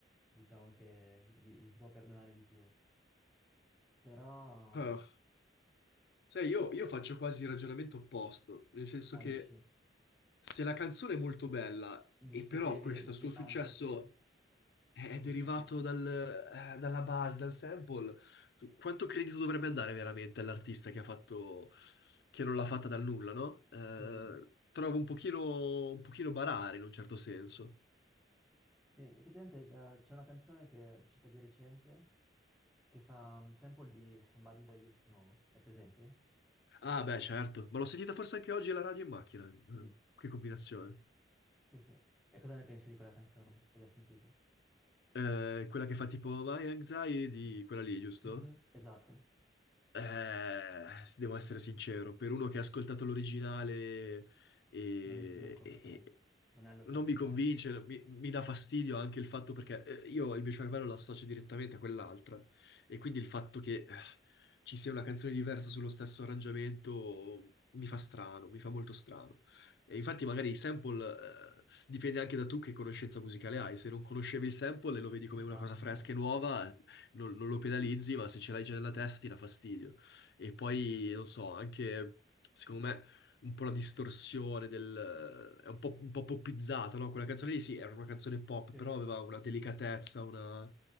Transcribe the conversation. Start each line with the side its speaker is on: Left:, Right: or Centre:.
Centre: diciamo che gli, gli si può perdonare di più. Però,
Left: Ah.
Centre: mh,
Left: Sai, io,
Centre: sì,
Left: io faccio quasi il ragionamento opposto, nel senso
Centre: ah,
Left: che
Centre: dici,
Left: se la canzone è molto bella
Centre: dici
Left: e
Centre: che
Left: però
Centre: deve,
Left: questo suo
Centre: deve
Left: successo
Centre: tanto, sì,
Left: è
Centre: sì,
Left: derivato
Centre: capito.
Left: dal, eh, dalla base, dal sample. Quanto credito dovrebbe andare veramente all'artista che ha fatto, che non l'ha fatta dal nulla, no? Eh,
Centre: Mm.
Left: trovo un pochino, un pochino barare in un certo senso.
Centre: Sì, effettivamente c'è c'è una canzone che è uscita di recente che fa un sample di Somebody That I Used to Know. È presente?
Left: Ah, beh, certo, ma l'ho sentita forse anche oggi alla radio in macchina. Mm,
Centre: Mm.
Left: Che combinazione.
Centre: Sì, sì. E cosa ne pensi di quella canzone, se l'hai sentita?
Left: Eh, quella che fa tipo My Anxiety, quella lì, giusto?
Centre: Mhm, esatto.
Left: Eh, se devo essere sincero, per uno che ha ascoltato l'originale e,
Centre: Non, non, con-
Left: e- e
Centre: sì, non è allo stesso
Left: non mi
Centre: livello.
Left: convince, mi, mi dà fastidio anche il fatto perché eh, io il mio cervello lo associo direttamente a quell'altra e quindi il fatto che eh, ci sia una canzone diversa sullo stesso arrangiamento mi fa strano, mi fa molto strano. E infatti magari il sample eh, dipende anche da tu che conoscenza musicale hai, se non conoscevi il sample e lo vedi come
Centre: Esatto,
Left: una cosa fresca
Centre: sì.
Left: e nuova, non, non lo penalizzi, ma se ce l'hai già nella testa ti dà fastidio. E poi, non so, anche secondo me un po' la distorsione del... è un po', un po' poppizzata, no? Quella canzone lì sì, era una canzone pop,
Centre: Sì.
Left: però aveva una delicatezza, una,